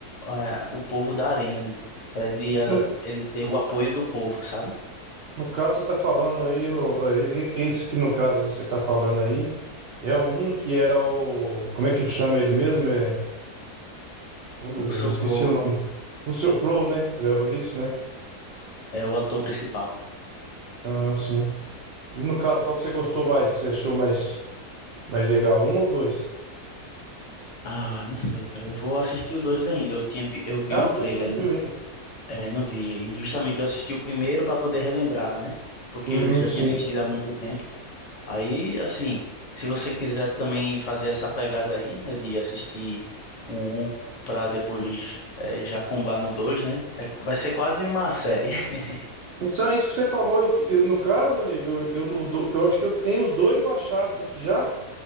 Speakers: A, on the left (about 60°); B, on the right (about 80°).
A: é, o povo da arena, para ele, é,
B: No,
A: ele ter o apoio do povo, sabe?
B: no caso, você está falando aí, no- eh, e- e- esse que no caso você está falando aí, é um que era o. Como é que chama ele mesmo? É, oh, meu
A: O
B: Deus,
A: Russell
B: eu esqueci
A: Crowe
B: o nome. O seu Crow, né? Era isso, né?
A: é o ator principal.
B: Ah, sim. E no caso, qual que você gostou mais, que você achou mais, mais legal? Um ou dois?
A: Ah, não sei, cara. Eu vou assistir o dois ainda. Eu tinha vi, eu vi
B: Ah,
A: o
B: o
A: trailer,
B: dois você não
A: né?
B: viu ainda.
A: É, não vi. E justamente eu assisti o primeiro para poder relembrar, né? Porque
B: Hum,
A: eu já
B: sim.
A: tinha assistido há muito tempo. Aí, assim, se você quiser também fazer essa pegada aí, né, de assistir o um para depois é, já combar no dois, né? É, vai ser quase uma série. <laughs>
B: Isso é isso que você falou. Eu, fi- eu- no caso, amigo, eu, eu, no do- eu acho que eu tenho os dois baixados aqui já.